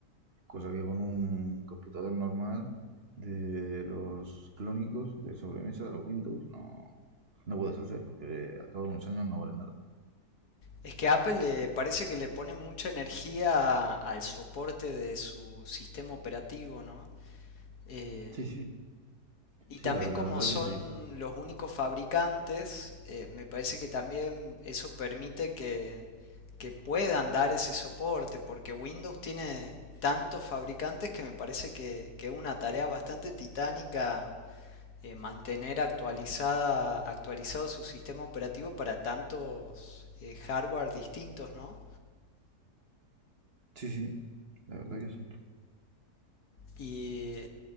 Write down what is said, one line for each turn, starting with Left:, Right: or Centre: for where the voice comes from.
Right: Cosa que con un computador normal de los clónicos de sobremesa, de los Windows, no, No puedes hacer, porque al cabo de unos años no vale nada.
Left: Es que Apple le parece que le pone mucha energía al soporte de su sistema operativo, ¿no? Eh,
Right: Sí, sí,
Left: y
Right: sí,
Left: también
Right: la, la
Left: como
Right: verdad
Left: son
Right: que sí.
Left: los únicos fabricantes, eh, me parece que también eso permite que, que puedan dar ese soporte, porque Windows tiene tantos fabricantes que me parece que, que es una tarea bastante titánica eh, mantener actualizada, actualizado su sistema operativo para tantos eh, hardware distintos, ¿no?
Right: Sí, sí, la verdad que sí.
Left: Y,